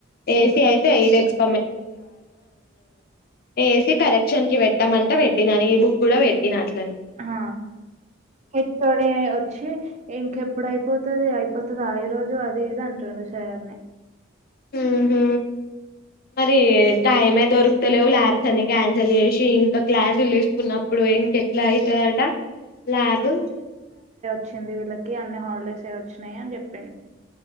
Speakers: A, on the right (about 35°); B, on the left (about 50°).
A: ఏమో
B: ఏసి అయితే ఐటెక్స్ ఏసీ కరెక్షన్ కి పెట్టామంటా పెట్టిన అని ఈ బుక్ కూడా పెట్టిన అట్లా
A: హ ఇప్పుడే వచ్చి ఇంకేప్ ఇప్పుడు అయిపోతది అయిపోతుద ఈ రోజు అది ఇది అంటుడు సార్ నీ
B: ఊహూ మరి టైమే దొరుకుత లేవు ల్యా సనికా అంచెల్లి లేసి క్లాసోళ్ళు తీ కున్నప్పుడు ఇంక ఎట్లా అయితదట ల్యాబ్
A: చ్చింది వీళ్ళకి అన్ని హాలిడేస్ ఆ చ్చినై అని చెప్పిండు